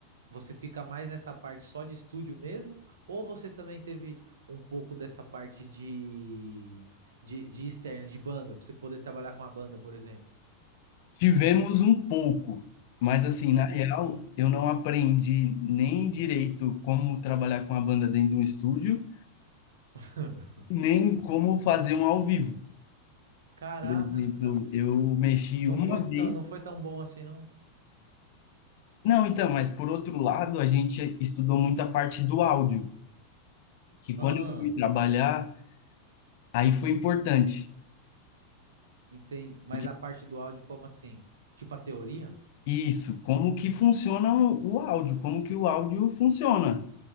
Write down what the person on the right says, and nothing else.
você fica mais nessa parte só de estúdio mesmo, ou você também teve um pouco dessa parte de, de, de externo, de banda, para você poder trabalhar com a banda, por exemplo?
Um
pouquinho.
<laughs>
Caraca,
não
foi tão,
não foi tão bom assim, não?
Ah,
entendi. Mas
a parte do áudio, como assim? Tipo a teoria?